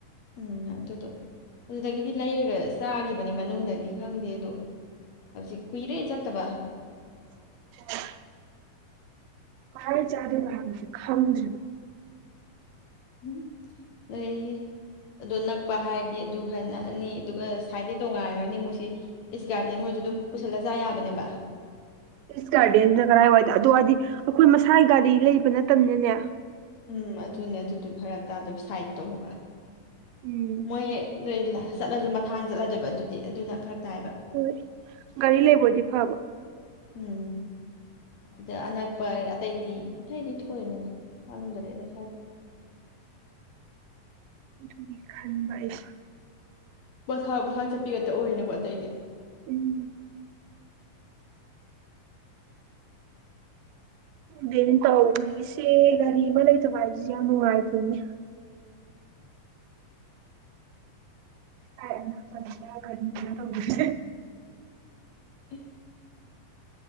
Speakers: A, on the left (about 60°); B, on the right (about 85°).
A: ꯎꯝ ꯑꯗꯨꯗꯣ ꯑꯗꯨꯗꯒꯤꯗꯤ ꯂꯩꯔꯒ ꯆꯥꯈꯤꯕꯅꯤ ꯃꯅꯨꯡꯗꯗꯤ ꯈꯪꯗꯦ ꯑꯗꯣ ꯍꯧꯖꯤꯛ ꯀꯨꯏꯔꯦ ꯆꯠꯇꯕ
B: <unintelligible> ꯈ ꯆꯥꯗꯦ ꯂꯕꯁꯦ ꯈꯪꯗ꯭ꯦꯔꯤꯕ
A: ꯎꯝ ꯅꯣꯏꯌꯦ ꯑꯗꯨꯗꯣ ꯅꯛꯄ ꯍꯥꯏꯔꯗꯤ ꯑꯗꯨ ꯈꯔ ꯅꯛꯑꯅꯤ ꯑꯗꯨꯒ ꯁꯥꯏꯗꯠꯇꯩ ꯇꯣꯉꯥꯟꯔꯒꯅꯤ ꯃꯨꯛꯁꯤ ꯏꯁ ꯒꯥꯔꯗꯦꯟ ꯍꯣꯏꯁꯨ ꯑꯗꯨꯝ ꯄꯨꯁꯜꯂ ꯆꯥ ꯌꯥꯕꯅꯦꯕ
B: ꯐꯁ ꯀꯒꯥꯗꯅ ꯀꯔ ꯑꯣꯏꯦ ꯑꯗꯨ ꯑꯗꯤ ꯑꯩꯈꯣꯏ ꯃꯁꯥꯒꯤ ꯒꯥꯔꯤ ꯂꯩꯕ ꯅꯠꯇꯕꯅꯅꯦ
A: ꯎꯝ ꯑꯗꯨꯅꯦ ꯑꯗꯨꯗꯤ ꯐꯔꯛ ꯇꯥꯗ ꯁꯥꯏꯠꯇꯣ ꯑꯃꯨꯛꯀ
B: ꯎꯝ
A: ꯃꯣꯏ ꯍ ꯅꯣꯏ ꯆꯠꯂꯁꯨ ꯃꯊꯥꯡ ꯆꯠꯂꯗꯣꯏꯕ ꯑꯗꯨꯗꯤ ꯑꯗꯨꯅ ꯐꯔꯛ ꯇꯥꯏꯕ
B: ꯍꯣꯏ ꯒꯥꯔꯤ ꯂꯩꯕꯗꯤ ꯐꯕ
A: ꯎꯝ ꯑꯗ ꯑꯅꯛꯄ ꯑꯇꯩꯗꯤ ꯑꯇꯩꯗꯤ ꯊꯣꯏꯅ ꯍꯪꯗꯣꯔꯦ ꯑꯗꯣ ꯏꯁꯥꯎꯗ
B: ꯑꯗꯨꯒꯤ ꯈꯥꯟꯕ ꯑꯩꯁꯦꯏ
A: ꯄꯣꯊꯥ ꯄꯣꯊ ꯆꯠꯄꯤꯒꯗ ꯑꯣꯏꯦꯅꯀꯣ ꯑꯇꯩꯗꯤ
B: ꯎꯝ ꯗꯅꯦꯟ ꯇꯧꯔꯤꯁꯦ ꯒꯥꯔꯤ ꯑꯃ ꯂꯩꯇꯕ ꯍꯥꯏꯁꯦ ꯌꯥꯝ ꯅꯨꯡꯉꯥꯏꯇꯦꯅꯦ ꯁꯥꯏ ꯑꯅꯛꯄꯗ ꯀꯔꯦ ꯀꯅꯤ ꯇꯦ
A: ꯑꯥꯥ